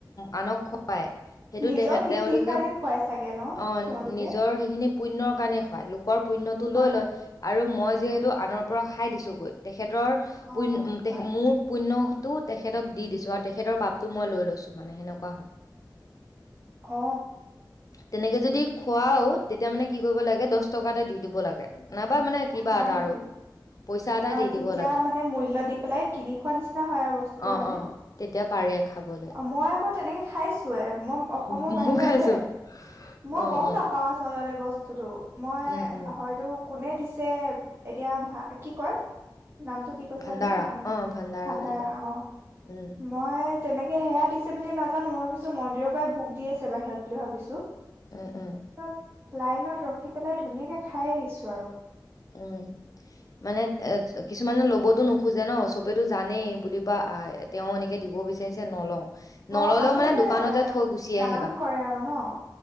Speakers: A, on the left; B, on the right.
A: আনক খুৱায় সেইটো
B: নিজৰ
A: তে
B: সিদ্ধিৰ
A: তেওঁলোকে
B: কাৰণে খুৱাই চাগে ন
A: অ
B: তেওঁলোকে
A: নিজৰ সেইখিনি পুণ্যৰ কাৰণে খুৱায় লোক লোকৰ পুণ্যটো
B: হয়
A: লৈ লয় আৰু মই যিহেতু আনৰ পৰা খাই দিছোঁ গৈ তেখেত তৰ
B: অ
A: পুণ,
B: হয়
A: মোৰ পুণ্য তো তেখেতক দি দিছো আৰু তেখেতৰ পাপটো মই লৈ লৈছো মানে সেনেকুৱা হয়
B: অ
A: তেনেকে যদি খুৱাও তেতিয়া মানে কি কৰিব লাগে দহ টকা এটা দি দিব লাগে নাইবা মানে কিবা
B: হয়
A: এটা
B: নেকি?
A: আৰু পইচা এটা
B: অ
A: দি দিব
B: তেতিয়া
A: লাগে
B: মানে মূল্য দি পেলাই কিনি খোৱা নিচিনা হয় আৰু বস্তুটো
A: অ
B: হয়নে?
A: অ তেতিয়া পাৰে খাবলৈ
B: অ মই আকৌ তেনেকে খাইছো এ মই অসমৰ
A: ময়ো
B: বাহিৰতে।
A: খাইছো
B: মই
A: অ
B: গম
A: অ
B: নাপাও আচলতে বস্তু বস্তোটো মই
A: উম উম
B: হয়তো কোনে দিছে যে এতিয়া ভা কি কয় নামটো কি কৈছিলা
A: ভাণ্ডাৰা
B: তুমি ভান
A: অ
B: ভাণ্ডাৰা
A: বুলি কয়
B: অ
A: উম
B: মই তেনেকে সেয়া দিছে বুলি নাজানো, মই ভাবিছো মন্দিৰৰ পৰাই ভোগ দি আছে বাহিৰত বুলি ভাবিছোঁ।
A: উম উম
B: তাত লাইনত ৰখি পেলাই ধুনীয়াকে খায়েই দিছোঁ আৰু
A: উম মানে এ কিছুমানে ল'বতো নোখোজে ন চবেতো জানেই বুলিবা আহ তেওঁ এনেকে দিব বিচাৰিছে নলওঁ। নললেও
B: অ আচলতে
A: মানে দোকানতে থৈ গুচি
B: দান
A: আহিবা
B: কৰে আৰু ন।